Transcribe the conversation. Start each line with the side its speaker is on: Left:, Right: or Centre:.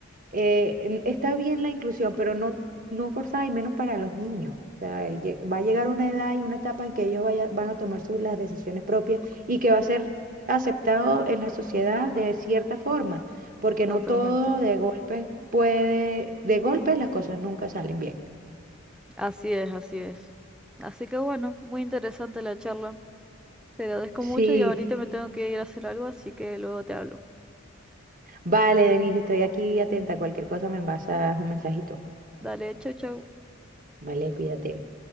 Right: eh, n- está bien la inclusión, pero no, no forzada y menos para los niños. O sea, lle- va a llegar una edad y una etapa en que ellos vaya- van a tomar sus, las decisiones propias y que va a ser aceptado en la sociedad de cierta forma, porque
Centre: Totalmente.
Right: no todo de golpes puede, de golpes las cosas nunca salen bien.
Centre: Así es, así es. Así que bueno, muy interesante la charla. Te agradezco
Right: Sí,
Centre: mucho y ahorita me tengo que ir a hacer algo, así que luego te hablo.
Right: vale, Denise, estoy aquí atenta. Cualquier cosa me envasas un mensajito.
Centre: Dale, chau, chau.
Right: Vale, cuídate.